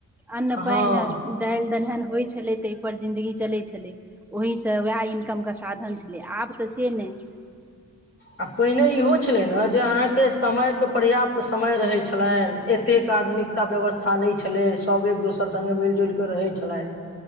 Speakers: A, in the centre; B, on the left.
A: अन्न पान
B: हँ
A: दाल देलहन होइ छलै तऽपर जिंन्दगी चलै छलै ओहिसँ उएह इनकमके साधन छलै आब तऽ से नहि
B: आ पहिने इहो छलै ने जे अहाँके समय के पर्याप्त समय रहैत छलनि एतेक आधुनिकता व्यवस्था नहि छलै सभ एक दोसर सङ्गे मिल जुलि कऽ रहैत छलथि